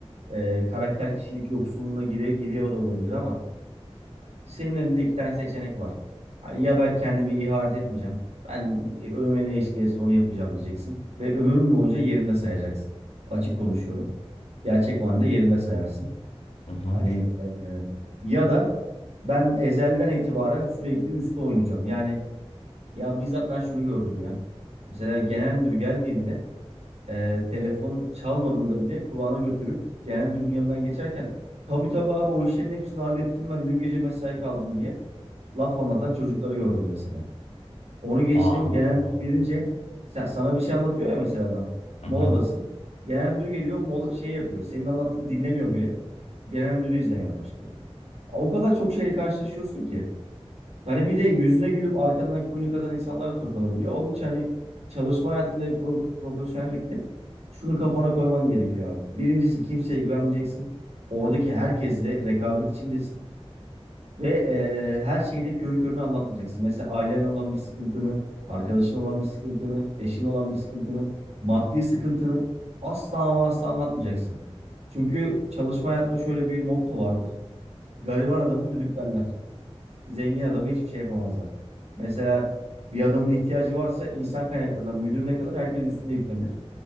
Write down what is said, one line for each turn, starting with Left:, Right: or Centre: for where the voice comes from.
Right: e, karakter kişilik yoksunluğuna gire, giriyor da olabilir ama senin önünde iki tane seçenek var. Ha, Ya ben kendimi ihanet etmeyeceğim. Ben e, önüme ne iş gelirse onu yapacağım diyeceksin. Ve ömrün boyunca yerinde sayacaksın. Açık konuşuyorum. Gerçek manada yerinde sayarsın.
Left: Hı hı.
Right: Hani e, e, ya da ben ezelden itibaren sürekli üstte oynayacağım. Yani ya bizzat ben şunu gördüm ya. Mesela genel müdür geldiğinde e, telefon çalmadığında bile kulağına götürüp genel müdürün yanından geçerken tabii tabii abi o işlerin hepsini hallettim ben dün gece mesai kaldım diye laf anlatan çocukları gördüm mesela. Onu geçtim
Left: Aa,
Right: genel
Left: Allah
Right: müdür
Left: Allah.
Right: gelince sen, sana bir şey anlatıyor ya mesela adam.
Left: Hı
Right: Moladasın.
Left: hı.
Right: Genel müdür geliyor mola, şey yapıyor. Senin anlattığını dinlemiyor bile. Genel müdürü izlemeye başlıyor. O kadar çok şeyle karşılaşıyorsun ki. Hani bir de yüzüne gülüp arkandan kuyunu kazan insanlar da çok olabiliyor. Onun için hani çalışma hayatında bir pro- profesyonellikte şunu kafana koyman gerekiyor abi. Birincisi kimseye güvenmeyeceksin. Oradaki herkesle rekabet içindesin. Ve e, her şeyi de körü körüne anlatmayacaksın. Mesela ailenle olan bir sıkıntını, arkadaşın olan bir sıkıntını, eşin olan bir sıkıntını, maddi sıkıntını asla ama asla anlatmayacaksın. Çünkü çalışma hayatında şöyle bir motto vardır. Gariban adamı düdüklerler. Zengin adamı hiçbir şey yapamazlar. Mesela bir adamın ihtiyacı varsa insan kaynaklarından müdürüne kadar herkes üstüne yüklenir.